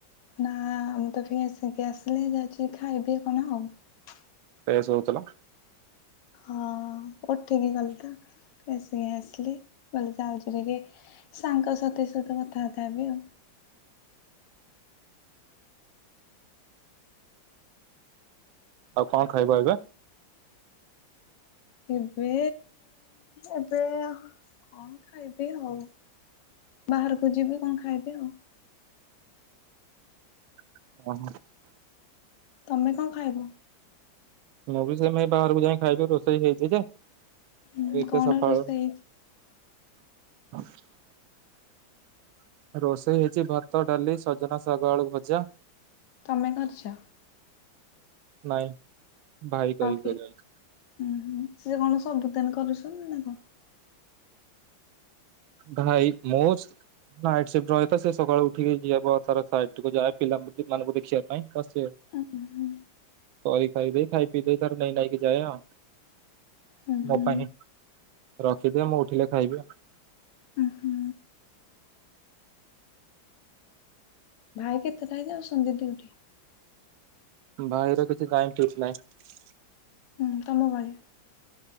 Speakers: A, on the left; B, on the right.
A: ନା ଆମ ତ <unintelligible> ଆସିଲି ଯାଉଛି ଖାଇବି କଣ ।
B: ଫ୍ରେସ୍ ହଉଥିଲ
A: ହଁ ଉଠିକି ଗଲି ତ ଫ୍ରେସ୍ ହେଇ ଆସିଲି କହିଲି ଯାଉଛି ଟିକେ ସାଙ୍ଗ ସାଥି ସହିତ କଥାବାର୍ତ୍ତା ହେବି ଆଉ।
B: ଆଉ କଣ ଖାଇବ ଏବେ?
A: ଏବେ ଏବେ କଣ ଖାଇବି ଆଉ ବାହାରକୁ ଯିବି କଣ ଖାଇବି ଆଉ।
B: <unintelligible>
A: ତମେ କଣ ଖାଇବ?
B: ମୁଁ ବି ସେଇପାଇଁ ବାହାରକୁ ଯାଇ ଖାଇବି। ରୋଷେଇ ହେଇଛି ଯେ
A: ହୁଁ
B: ଆଉ ଏତେ
A: କଣ
B: ସକାଳୁ
A: ରୋଷେଇ ହେଇଛି?
B: <inaudible> ରୋଷେଇ ହେଇଛି ଭାତ ଡାଲି ସଜନା ଶାଗ ଆଳୁ ଭଜା
A: ତମେ କରିଛ?
B: ନାଇଁ। ଭାଇକି କହିବି
A: ଆଉ କିଏ?
B: କରିବାକୁ।
A: ହୁଁ ହୁ ସିଏ କଣ ସବୁଦିନ କରୁଛନ୍ତି ନା କଣ?
B: ଭାଇ ମୁଁ ନାଇଟସିପ୍ଟ ରହେଥା ସେ ସକାଳୁ ଉଠିକି ଯବ ତାର ସାଇଟି କୁ ଯାଏ ପିଲା ମାନଙ୍କୁ ଦେଖିବା ପାଇଁ। ଆ
A: ଉଁ ହୁଁ
B: କରି ଖାଇ ଦେଇ ଖାଇ ପିଇ ଦେଇ ତାର ନେଇ ନେଇାଇକି ଯାଏ ଆଉ।
A: ଉଁ ହୁଁ
B: ମୋ ପାଇଁ ରଖିଦିଏ ମୁଁ ଉଠିଲେ ଖାଇବି ଆଉ।
A: ଉଁ ହୁଁ। ଭାଇ କେତେଟାରେ ଯାଉଛନ୍ତି ଡିଉଟି?
B: ଭାଇର କିଛି ଟାଇମ ଠିକ୍ ନାହିଁ।
A: ହୁଁ ତମ ଭଳି।